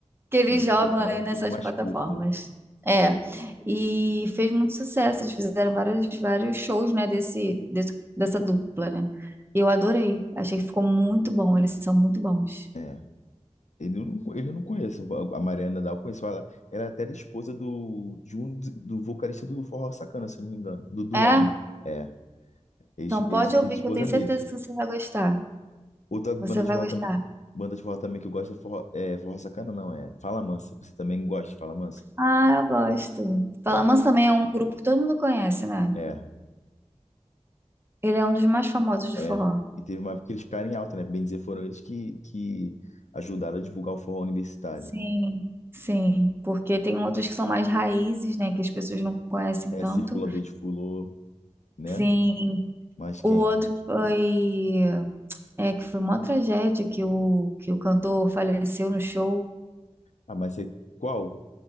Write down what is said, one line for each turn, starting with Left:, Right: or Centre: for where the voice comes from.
Right: eles
Left: É um
Right: jogam
Left: EP que
Right: aí
Left: é uma
Right: nessas
Left: coisa mais
Right: plataformas.
Left: curta.
Right: É, e fez muito sucesso, eles fizeram vários, vários shows, né, desse, desse, dessa dupla, né? E eu adorei, achei que ficou muito bom, eles são muito bons.
Left: É. Ele eu não, ele eu não conheço. A Mariana Dal eu conheço. Ela, ela é até era esposa do, de um, d- do vocalista do Forró Sacana, se eu não me engano. Do Duane.
Right: É?
Left: É. Ex,
Right: Então pode
Left: ex,
Right: ouvir
Left: esposa
Right: que eu tenho certeza
Left: dele.
Right: que você vai gostar.
Left: Outra banda
Right: Você vai
Left: de forró
Right: gostar.
Left: também, banda de forró também que eu gosto é Forró, é Forró Sacana, não, é Fala Mansa. Você também gosta de Fala Mansa?
Right: Ah, eu gosto. Palamans
Left: É.
Right: também é um grupo que todo mundo conhece, né?
Left: É.
Right: Ele é um dos mais famosos do
Left: É,
Right: forró.
Left: e teve uma época que eles ficaram em alta, né? Bem dizer, foram eles que, que ajudaram a divulgar o forró universitário.
Right: Sim, Sim, porque tem outros que são mais raízes, né, que as pessoas não conhecem
Left: É,
Right: tanto.
Left: Circulador de Fulô, né?
Right: sim.
Left: Mas quem?
Right: O outro que foi é que foi uma tragédia que o que o cantor faleceu no show.
Left: Ah, mas você... qual?